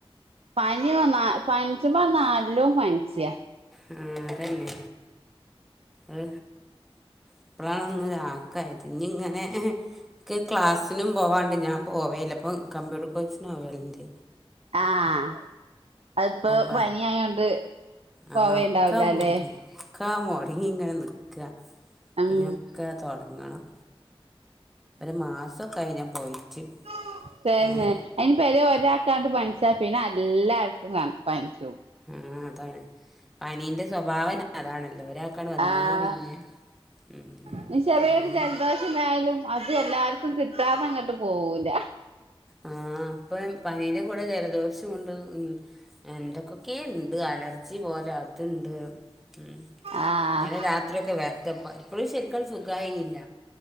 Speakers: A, on the right; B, in the centre.
A: പനി വന്നാ പ ചുമ്പം നല്ലോ പനിച്ച
B: ആ അതന്നെ ഓ ഇപ്പഴാണ് ഒന്ന് ഒരാക്കായത് ഇനി ഇങ്ങനെ ഇക്ക് ക്ലാസ്സിനും പോവാണ്ട് ഞാൻ പോവേല്ല ഇപ്പൊ കമ്പ്യൂട്ടർ കോഴ്സിന് പോവലിന്റ്
A: ആഹ് അതിപ്പോ
B: പ
A: പനിയായോണ്ട് പോവേണ്ടാവില്ല
B: ആ ഒക്കെ മുടങ്ങി
A: ല്ലെ
B: ഒക്കെ മൊടങ്ങി ഇങ്ങനെ നിൽക്കാ
A: ഉം
B: ഇനി ഒക്കെ തൊ തൊടങ്ങണം ഒരു മാസക്കെ ആയിന്ന് പോയിട്ട്
A: <unintelligible>
B: ഏ
A: പര ഒരാൾക്കാണ്ട് പനിച്ചാ പിന്നെ എല്ലാർക്കും കാണും പനിച്ചും
B: ആ അതാണ് പനീന്റെ സ്വഭാവം പിന്നെ അതാണല്ലോ ഒരാൾക്കവിടെ വന്നാൽ
A: ആഹ്
B: പിന്നെ ഉം
A: ഇനി ചെറിയൊരു
B: അങ്ങനെ
A: ജലദോഷം എന്തായാലും അ ത് എല്ലാർക്കും കിട്ടാതെ അങ്ങോട്ട് പോവൂല
B: ആ ഇപ്പം പനിയുടെ കൂടെ ജലദോഷം ഉണ്ട് എന്തൊക്കെക്കെയോ ഉണ്ട് അലർജി പോലെ അതുണ്ട് ഉം ഇന്നലെ
A: ആഹ്
B: രാത്രിയൊക്കെ വെറക്കപ്പാ ഇപ്പോളും ശരിക്കങ്ങോട്ട്‌ സുഖായില്ല